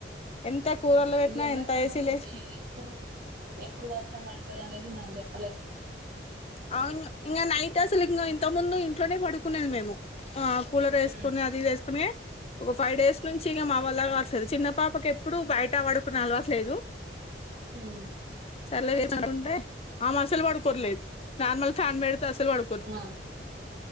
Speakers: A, on the left; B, on the right.
A: ఎంత కూలర్లు పెట్టినా
B: ఈ ఎండాకాలము
A: ఎంత ఏసీలు వేసినా
B: ఎప్పుడు ఎప్పుడు వర్షం పడుతది అనేది మన చెప్ప
A: అవును ఇంకా నైట్ాసులు ఇంత ముందు ఇట్లోనే పడుకునేది మేము కూలర్ వేసుకొని
B: హ్మ్
A: అది ఇది వేసుకుొని ఒక ఫైవ్ డేస్ నుంచి ఇంక మా వాళ్ళ కా అవట్లేదు చిన్న పాపకి ఎప్పుడుూ బయట పడుకునె అలవాటు లేదు
B: హు
A: సల్లసుంటే అమే అస పడుకోవట్లేదు నార్మల్ ఫ్యాన్ పెడితే సలు పడుకోవ
B: ఆహా